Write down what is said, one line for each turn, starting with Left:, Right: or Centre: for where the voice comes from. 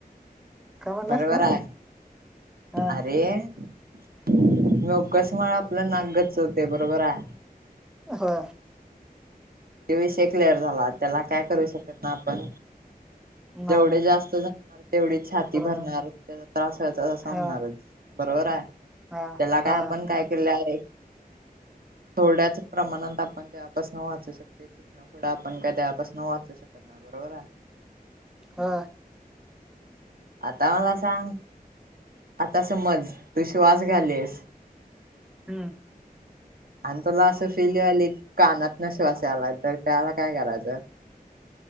Centre: काय म्हणलास
Right: बरोबर
Centre: काय
Right: आहे
Centre: हा
Right: अरे! म्युकस मुळ आपलं नाक गच्च होतय बरोबर आहे.
Centre: हो!
Right: ते विषय क्लिअर झाला त्याला काय करू शकत नाय आपण
Centre: ना
Right: जेवढे जास्त झा तेवढी छाती
Centre: बरोबर
Right: भरणार त्याचा त्रास व्हायचा तसा
Centre: हा
Right: होणारच बरोबर आहे.
Centre: हा
Right: त्याला काय
Centre: हा
Right: आपण काय केलंल आहे. थोड्याच प्रमाणात आपण त्यापासन वाचू शकतो. ते तिथन पुढं आपण काय त्यां पासन वाचू शकत नाय बरोबर आहे.
Centre: हां!
Right: आता मला सांग. आता समज तू श्वास घ्यायलीस.
Centre: हम्म
Right: आण तुला असं फिलवाली कानात न श्वास याला तर. त्याला काय करायचं?